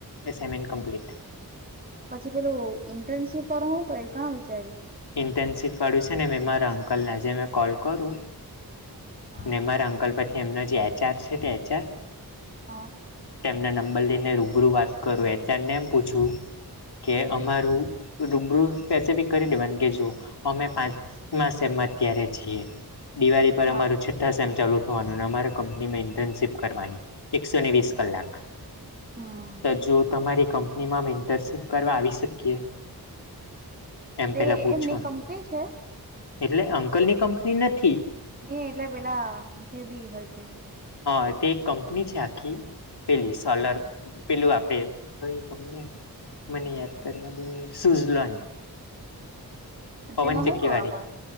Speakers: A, on the left; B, on the right.
A: એસાઇમેન્ટ કમ્પ્લીટ
B: પછી પેલું ઇન્ટર્નશીપ પર હું ક્યું કા વિચાર્યું
A: ઇન્ટર્નશીપવાળું છે, ને મેં મારા અંકલને આજે મેં કોલ કરું
B: હા
A: ને મારા અંકલ પરથી એમનો જે એચઆર છે, તે એચઆર
B: હ.
A: તેમના નંબર લઈને રૂબરૂ વાત કરું એચઆરને એમ પૂછું કે અમારું રૂબરૂ સ્પેસિફિક કરી દેવા કે જો અમે પાંચ્યારે છીએ દિવાળી પર
B: હા
A: અમાર છ થાસ એમ ચાલુ થવાનું અમારા કંપનીમાં ઇન્ટર્નશીપ કરવાની એકસો ને વીસ કલાક
B: હમ
A: તો જો તમારી કંપનીમાં ઇન્ટરનશીપ કરવા આવી શકીએ. એમ
B: તે
A: પેલા પૂછવા
B: એમની કંપની છે
A: એટલે અંકલની કંપની નથી.
B: નહિ એટલે પેલા જે બી હોય તે
A: હા તે એક કંપની છે આખી પેલી સોલર પેલું આપણે કઈ કંપની-' મને યાદ કરવાની સુઝલોન પવનચક્કી
B: તેમાં હું કરવા
A: વાડી
B: પડે